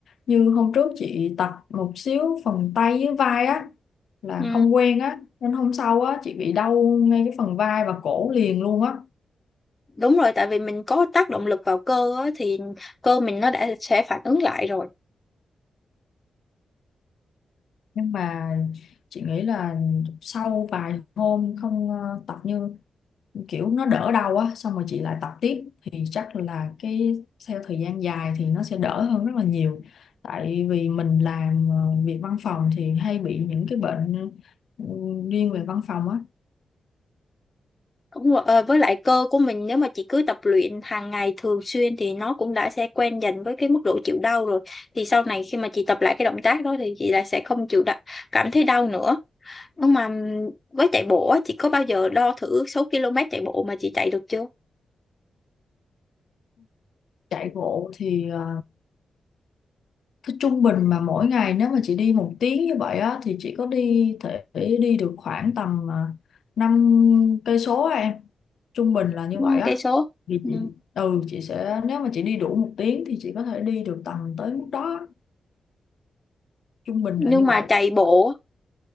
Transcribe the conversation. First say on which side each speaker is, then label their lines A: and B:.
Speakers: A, on the left (about 75°); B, on the left (about 20°).
A: như hôm trước chị tập một xíu phần tay với vai á là
B: Ừ,
A: không quen á nên hôm sau á chị bị đau ngay cái phần vai và cổ liền luôn á
B: đúng rồi, tại vì mình có tác động lực vào cơ á, thì cơ mình nó đã sẽ phản ứng lại rồi.
A: nhưng mà chị nghĩ là sau vài hôm không ờ, tập như kiểu nó đỡ đau á xong rồi chị lại tập tiếp thì chắc là cái theo thời gian dài thì nó sẽ đỡ hơn rất là nhiều tại vì mình làm ờ, việc văn phòng thì hay bị những cái bệnh ừ, riêng về văn phòng á
B: Đúng rồi, ờ, với lại cơ của mình nếu mà chị cứ tập luyện hàng ngày thường xuyên thì nó cũng đã sẽ quen dần với cái mức độ chịu đau rồi. Thì sau này khi mà chị tập lại cái động tác đó thì chị lại sẽ không chịu đau, cảm thấy đau nữa. Nhưng mà ừm, với chạy bộ á, chị có bao giờ đo thử số km chạy bộ mà chị chạy được chưa?
A: chạy bộ thì ờ, cái trung bình mà mỗi ngày nếu mà chị đi một tiếng như vậy á thì chị có đi thể đi được khoảng tầm ờ, năm cây số á em trung bình là như
B: 5
A: vậy á
B: cây số.
A: thì
B: Ừ.
A: chị ừ chị sẽ nếu mà chị đi đủ một tiếng thì chị có thể đi được tầm tới mức đó trung bình
B: Nhưng
A: là như
B: mà
A: vậy
B: chạy bộ,